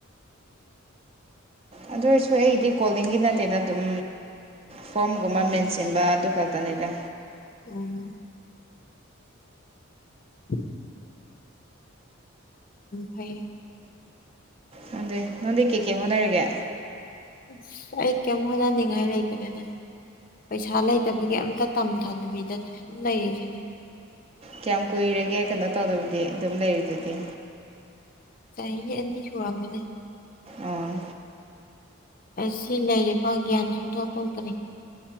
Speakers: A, on the right; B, on the left.
A: ꯑꯗꯨ ꯑꯣꯏꯔꯁꯨ ꯑꯩꯗꯤ ꯀꯣꯂꯤꯡꯒꯤ ꯅꯠꯇꯦꯅ ꯑꯗꯨꯝ ꯐꯣꯝꯒꯨꯝꯕ
B: ꯎꯝ
A: ꯃꯦꯟꯁꯤꯟꯕ ꯑꯗꯨ ꯈꯛ ꯇꯅꯤꯗ
B: ꯑꯣꯝ <inaudible> ꯐꯩ
A: ꯅꯗꯗꯤ ꯅꯣꯟꯗꯤ ꯀꯦ ꯀꯦ ꯍꯣꯅꯔꯒ
B: ꯑꯁ ꯑꯩ ꯀꯩꯝ ꯍꯣꯠꯅꯅꯤꯡꯉꯥꯏ ꯂꯩꯗꯅꯅꯦ ꯄꯩꯁꯥ ꯂꯩꯇꯕꯒꯤ ꯑꯝꯇ ꯇꯝꯗ ꯊꯗ ꯄꯤꯖꯗꯤ ꯁ ꯂꯩꯔ ꯀꯅꯤ
A: ꯀꯌꯥꯝ ꯀꯨꯏꯔꯒꯦ ꯀꯩꯅꯣ ꯇꯧꯗꯕꯗꯤ ꯑꯗꯨꯝ ꯂꯩꯔꯤꯗꯨꯗꯤ
B: ꯆꯍꯤ ꯆꯍꯤꯅꯤ ꯁꯣꯔ ꯃꯅꯦ
A: ꯑꯥ
B: ꯑꯁꯤ ꯂꯩꯔꯤꯕ ꯒ꯭ꯌꯥꯟ ꯁꯨꯡꯇꯣꯛ ꯊꯣꯛꯇꯔꯤ